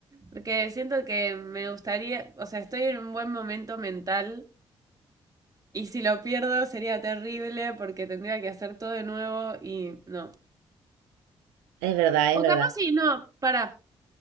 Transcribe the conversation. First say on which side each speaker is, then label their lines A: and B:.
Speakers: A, on the right; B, on the right.
A: Porque siento que me gustaría, o sea, estoy en un buen momento mental Y si lo pierdo sería terrible porque tendría que hacer todo de nuevo y no.
B: Es verdad,
A: O
B: es verdad.
A: capaz sí, no, para.